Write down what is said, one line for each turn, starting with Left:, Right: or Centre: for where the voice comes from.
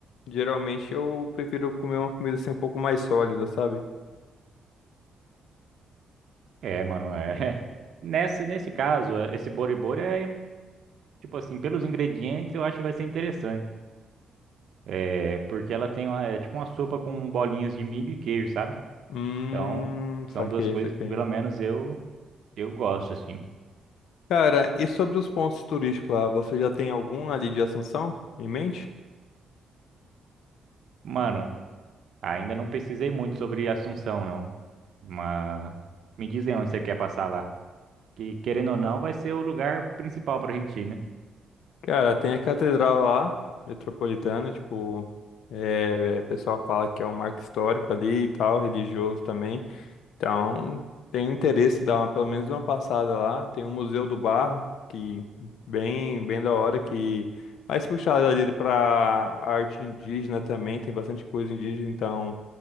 Left: geralmente eu prefiro comer uma comida assim um pouco mais sólida, sabe?
Right: é, mano, é. <laughs> Nessa, nesse caso, esse boribori é, tipo assim, pelos ingredientes eu acho que vai ser interessante. É, porque ela tem uma, é tipo uma sopa com bolinhas de milho e queijo, sabe?
Left: Hum,
Right: Então, são
Left: saquei,
Right: duas coisas
Left: saquei.
Right: que pelo menos eu, eu gosto, assim.
Left: Cara, e sobre os pontos turísticos lá, você já tem algum ali de Assunção em mente?
Right: Mano, ainda não pesquisei muito sobre Assunção, não. Mas me dizem onde você quer passar lá. que querendo ou não, vai ser o lugar principal para a Argentina.
Left: Cara, tem a catedral lá, metropolitana, tipo, é, é, o pessoal fala que é um marco histórico ali e tal, religioso também. Então, tem interesse em dar uma, pelo menos uma passada lá. Tem o Museu do Barro, que bem, bem da hora, que mais puxado ali para arte indígena também, tem bastante coisa indígena, então